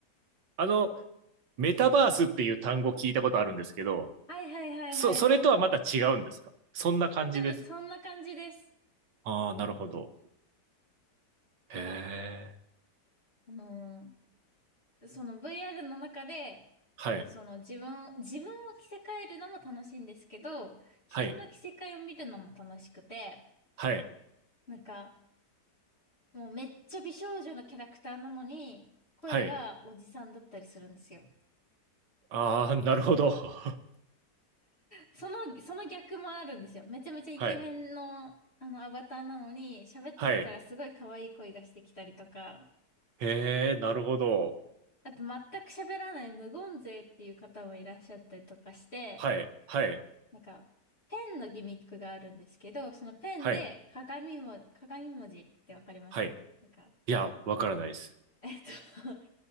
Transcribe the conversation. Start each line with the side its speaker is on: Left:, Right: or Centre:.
Right: あの、メタバースっていう単語聞いたことあるんですけど、
Left: はいはいはいはいはい。
Right: そ、それとはまた違うんですかそんな感じです。
Left: でも、そんな感じです。
Right: ああ、なるほど。へえ。
Left: なんか、あのーその VR の中で、
Right: はい、
Left: その自分、自分を着せ替えるのも楽しいんですけど、人の着せ替えを見るのも楽しくて、
Right: はい、はい、
Left: なんか、もうめっちゃ美少女のキャラクターなのに、声がおじさんだったりするんですよ。
Right: はい。ああ、なるほど。<laughs>
Left: その、その逆もあるんですよ。めちゃめちゃイケメンの、
Right: はい。
Left: あの、アバターなのに、喋ってみたらすごい可愛い声がしてきたりとか、
Right: はい。へえ、なるほど。
Left: あと全く喋らない無言勢っていう方もいらっしゃったりとかして、
Right: はい。はい。
Left: なんか、ペンのギミックがあるんですけど、そのペンで鏡も、
Right: はい。
Left: 鏡文字ってわかりますかねなんか、
Right: はい。いや、わからないです。
Left: <laughs> えっと <laughs>